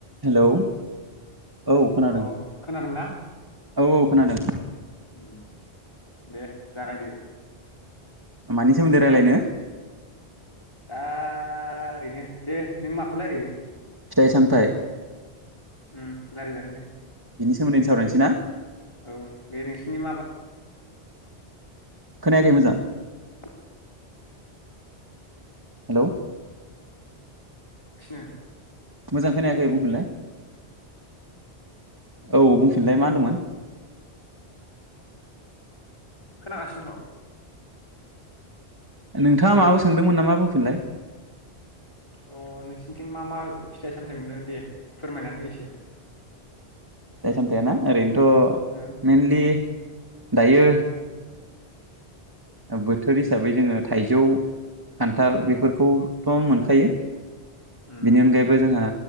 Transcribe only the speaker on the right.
Hello औ खोनादों
औ औ खोनादों
मानि सोमोन्दै राय्लायनो?
फिथाइ सामथाइ
बिनि सोमोन्दैनो सावरायनोसै ना?
खोनायाखै मोजां
हेलौ
मोजां खोनायाखै बुंफिनलाय औ बुंफिनलाय मा होनदोंमोन?
नोंथाङा माबा सोंदोंमोन नामा बुंफिनलाय
फिथाइ सामथायाना ओरैनो थ'
मेनलि दायो बोथोर हिसाबै जोङो थाइजौ खान्थाल
बेफोरखौ थ' मोनखायो
बेनि अनगायैबो जोंहा